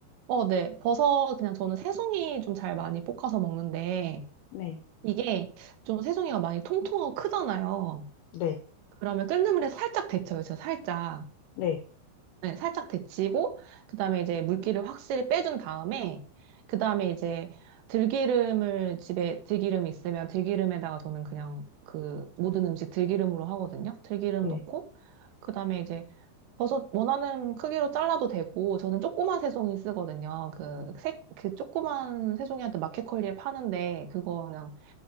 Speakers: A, on the right; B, on the left.
A: 어, 네. 버섯, 그냥 저는 새송이 좀 잘 많이 볶아서 먹는데,
B: 네.
A: 이게 좀 새송이가 많이 통통하고 크잖아요.
B: 네.
A: 그러면 끓는 물에 살짝 데쳐요, 진짜 살짝.
B: 네.
A: 네, 살짝 데치고, 그 다음에 이제 물기를 확실히 빼준 다음에, 그 다음에 이제 들기름을 집에 들기름 있으면 들기름에다가 저는 그냥 그 모든 음식 들기름으로 하거든요. 들기름
B: 네.
A: 넣고, 그 다음에 이제 버섯 원하는 크기로 잘라도 되고, 저는 조그만 새송이 쓰거든요. 그 색, 그 조그만 새송이한테 마켓컬리에 파는데, 그거 그냥,